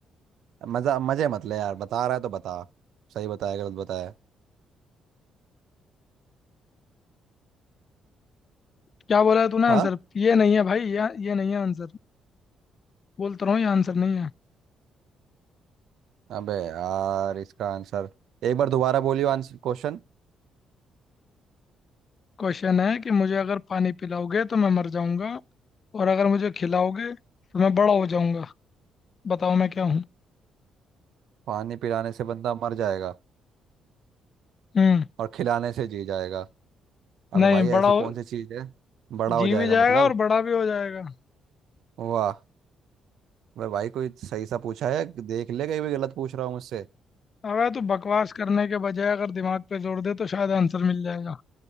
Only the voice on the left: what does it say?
क्या बोला है तूने आंसर
ये नहीं है भाई ये ये नहीं है आंसर बोलता रहा हूँ ये आंसर नहीं है
क्वेश्चन है कि मुझे अगर पानी पिलाओगे तो मैं मर जाऊंगा और अगर मुझे खिलाओगे तो मैं बड़ा हो जाऊंगा बताओ मैं क्या हूँ
हम्म
नहीं
बड़ा
हो-
जी
भी जाएगा
और बड़ा भी हो जाएगा
अबे तू बकवास करने के बजाय अगर दिमाग पे जोर दे तो शायद आंसर मिल जाएगा